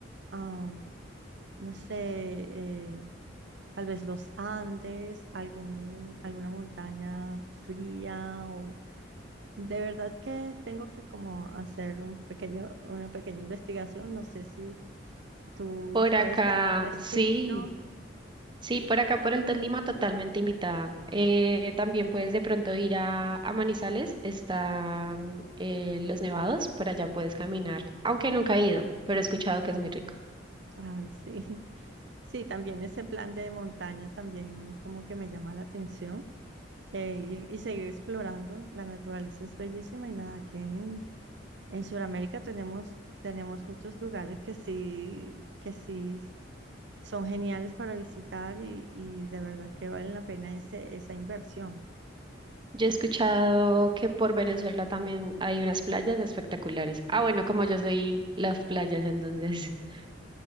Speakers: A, on the right; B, on the right.
A: ah, no sé, eh, tal vez los Andes, algún, alguna montaña fría o de verdad que tengo que como hacer un pequeño, una pequeña investigación. No sé si tú
B: Por
A: sabes
B: acá,
A: de algún destino.
B: sí, sí, por acá por el Tolima, totalmente invitada. Eh, también puedes de pronto ir a, a Manizales, están eh, los nevados, por allá puedes caminar, aunque nunca he ido, pero he escuchado que es muy rico.
A: Ay, sí. <laughs> Sí, también ese plan de montaña también como que me llama la atención eh, y, y seguir explorando. La naturaleza es bellísima y nada, aquí en, en Sudamérica tenemos, tenemos muchos lugares que sí, que sí Son geniales para visitar y, y de verdad que valen la pena ese, esa inversión.
B: Yo he escuchado que por Venezuela también hay unas playas espectaculares. Ah, bueno, como yo soy las playas, entonces, <laughs>